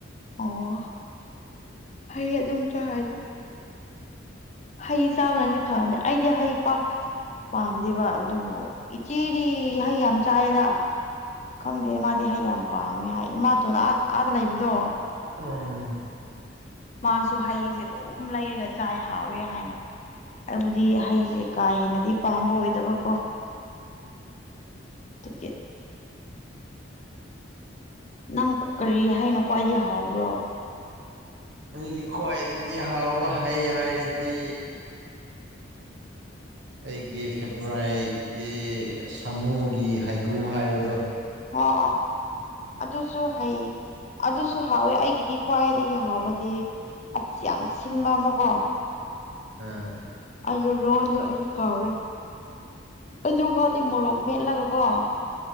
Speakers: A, on the left (about 35°); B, on the right (about 65°).
A: ꯑꯣ ꯐꯩ ꯑꯗꯨꯝ ꯆꯥꯔꯗꯤ ꯍꯩ ꯆꯥꯕꯅꯗꯤ ꯐꯕꯅꯦ ꯑꯩꯗꯤ ꯍꯩ ꯄꯥꯛ ꯄꯥꯝꯗꯦꯕ ꯑꯗꯨꯕꯨ ꯏꯆꯦꯗꯤ ꯍꯩ ꯌꯥꯝ ꯆꯥꯏꯗ ꯈꯪꯗꯦ ꯃꯥꯗꯤ ꯍꯩ ꯌꯥꯝ ꯄꯥꯝꯃꯦ ꯍꯥꯏ ꯏꯃꯥꯇꯣꯟ ꯑꯥ ꯑꯥꯗ ꯂꯩꯕꯗꯣ
B: ꯎꯝ
A: ꯃꯥꯁꯨ ꯍꯩꯁꯦ ꯑꯗꯨꯝ ꯂꯩꯔꯒ ꯆꯥꯏ ꯍꯥꯎꯋꯦ ꯍꯥꯏꯅ ꯑꯩꯕꯨꯗꯤ ꯍꯩꯁꯦ ꯀꯥ ꯍꯦꯟꯅꯗꯤ ꯄꯥꯝꯕ ꯑꯣꯏꯗꯕꯀꯣ ꯇꯨꯒꯤ ꯅꯪ ꯀꯔꯤ ꯍꯩꯅ ꯈ꯭ꯋꯥꯏꯗꯒꯤ ꯍꯥꯎꯕ꯭ꯔꯣ
B: ꯑꯩꯒꯤ ꯈ꯭ꯋꯥꯏꯗꯒꯤ ꯍꯥꯎꯕ ꯍꯩ ꯍꯥꯏꯔꯗꯤ ꯑꯩꯒꯤ ꯐꯦꯕꯣꯔꯥꯏꯠꯗꯤ ꯁꯥꯃꯨꯒꯤ ꯍꯩꯀ꯭ꯔꯨ ꯍꯥꯏꯕꯗꯣ
A: ꯑꯣ ꯑꯗꯨꯁꯨ ꯍꯩ ꯑꯗꯨꯁꯨ ꯍꯥꯎꯋꯦ ꯑꯩꯒꯤꯗꯤ ꯈ꯭ꯋꯥꯏꯗꯒꯤ ꯍꯥꯎꯕꯗꯤ ꯑꯁ ꯌꯥꯝ ꯁꯤꯟꯕ ꯑꯃꯀꯣ
B: ꯑ
A: ꯑꯗꯨ ꯂꯣꯟꯗꯣ ꯑꯩꯁꯨ ꯀꯥꯎꯔꯦ ꯑꯗꯨ ꯐꯥꯞꯇꯤ ꯃꯣꯔꯣꯛ ꯃꯦꯠꯂꯒ ꯀꯣ